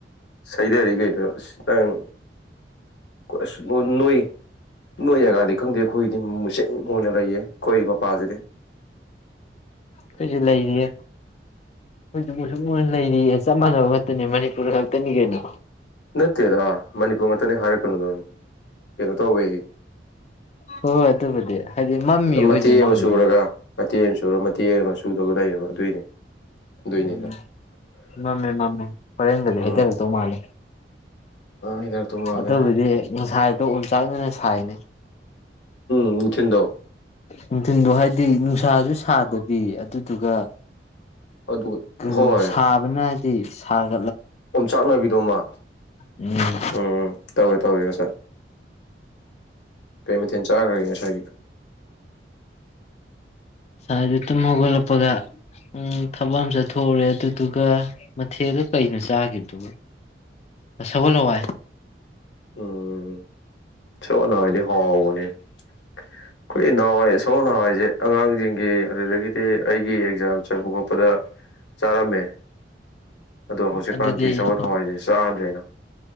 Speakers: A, on the left; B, on the left.
A: ꯑꯁ ꯍꯩꯗꯔꯤ ꯀꯩꯅꯣ ꯑꯁ ꯅꯪ ꯑꯁ ꯅꯣꯏ ꯅꯣꯏ ꯖꯒꯥꯗꯤ ꯈꯪꯗꯦ ꯑꯩꯈꯣꯏꯒꯤꯗꯤ ꯃꯨꯁꯤꯟ ꯃꯨꯅ ꯂꯩꯌꯦ ꯑꯩꯈꯣꯏ ꯃꯄꯥꯖꯤꯗꯤ꯫
B: ꯈꯣꯏꯖꯨ ꯂꯩꯔꯤꯌꯦ ꯈꯣꯏꯖꯨ ꯃꯨꯁꯤꯟ ꯃꯨ ꯂꯩꯔꯤꯌꯦ ꯆꯞ ꯃꯥꯟꯅꯕ ꯉꯥꯛꯇꯅꯦ ꯃꯅꯤꯄꯨꯔ ꯉꯥꯛꯇꯅꯤ ꯀꯩꯅꯣ꯫
A: ꯅꯠꯇꯦꯗ ꯃꯅꯤꯄꯨꯔ ꯉꯥꯛꯇꯅꯤ ꯍꯥꯏꯔꯛꯀꯅꯨꯗ ꯀꯩꯅꯣ ꯇꯧꯋꯦ
B: ꯍꯣꯏ ꯍꯣꯏ ꯑꯗꯨꯕꯨꯗꯤ ꯍꯥꯏꯗꯤ ꯃꯝꯃꯤ ꯑꯩꯈꯣꯏꯁꯨ
A: ꯃꯇꯦꯛ
B: ꯃꯝꯃꯤ
A: ꯑꯃ ꯆꯨꯔꯒ
B: ꯃꯝꯃꯤ꯫
A: ꯃꯇꯦꯛ ꯑꯝ ꯆꯨꯔꯒ ꯃꯇꯦꯛ ꯑꯃ ꯆꯨꯗꯕ ꯂꯩꯌꯦꯕ ꯑꯗꯨꯏꯅꯤ꯫ ꯑꯗꯨꯏꯅꯤꯗ
B: ꯎꯝ ꯃꯥꯝꯃꯦ ꯃꯥꯝꯃꯦ ꯍꯣꯔꯦꯟꯒꯗꯤ
A: ꯎꯝ
B: ꯍꯩꯗꯔꯛꯇꯧ ꯃꯥꯜꯂꯦ
A: ꯍꯤꯗꯥꯛꯇꯣ ꯃꯥꯜꯂꯦ
B: ꯑꯗꯨꯕꯨꯗꯤ ꯉꯁꯥꯏꯗꯣ ꯑꯣꯝꯆꯥꯛꯅꯅ ꯁꯥꯏꯅꯦ
A: ꯅꯨꯡ ꯊꯤꯟꯗꯣ
B: ꯅꯨꯡꯊꯤꯟꯗꯣ ꯍꯥꯏ ꯑꯗꯤ ꯅꯨꯡꯁꯥꯁꯨ ꯁꯥꯗꯕꯤ ꯑꯗꯨꯗꯨꯒ
A: ꯑꯗꯨꯒ ꯍꯣꯏ
B: ꯖꯝ ꯁꯥꯕꯅ ꯍꯥꯏꯗꯤ ꯁꯥꯠ
A: ꯑꯣꯝꯆꯥꯛꯅꯕꯤꯗꯣꯃ
B: ꯎꯝ
A: ꯎꯝ ꯇꯧꯋꯦ ꯇꯧꯋꯦ ꯉꯁꯥꯏ ꯀꯩ ꯃꯊꯦꯜ ꯆꯥꯒ꯭ꯔꯒꯦ ꯉꯁꯥꯏꯒꯤ
B: ꯁꯥꯏꯗ ꯇꯨꯝ ꯍꯧꯒꯠꯂꯛꯄꯒ ꯎ ꯊꯕꯛ ꯑꯃ ꯆꯠꯊꯣꯛꯎꯔꯦ ꯑꯗꯨꯗꯨꯒ ꯃꯊꯦꯜꯗꯣ ꯀꯩꯅꯣ ꯆꯥꯒꯤꯕꯗꯨ ꯑ ꯁꯒꯣꯜ ꯍꯋꯥꯏ
A: ꯎꯝ ꯁꯒꯣꯜ ꯍꯋꯥꯏꯗꯤ ꯍꯥꯎꯕꯅꯤ ꯑꯩꯈꯣꯏ ꯅꯍꯥꯋꯥꯏ ꯁꯒꯣꯜ ꯍꯋꯥꯏꯁꯦ ꯑꯉꯥꯡꯁꯤꯡꯒꯤ ꯑꯗꯨꯗꯒꯤꯗꯤ ꯑꯩꯒꯤ ꯑꯦꯛꯖꯥꯝ ꯆꯠꯄ ꯈꯣꯠꯄꯗ ꯆꯥꯔꯝꯃꯦ ꯑꯗꯣ ꯍꯧꯖꯤꯛꯀꯥꯟꯗꯤ
B: ꯑꯗꯨꯗꯤ
A: ꯁꯒꯣꯜ ꯍꯋꯥꯏꯁꯦ ꯆꯥꯗ꯭ꯔꯦꯅ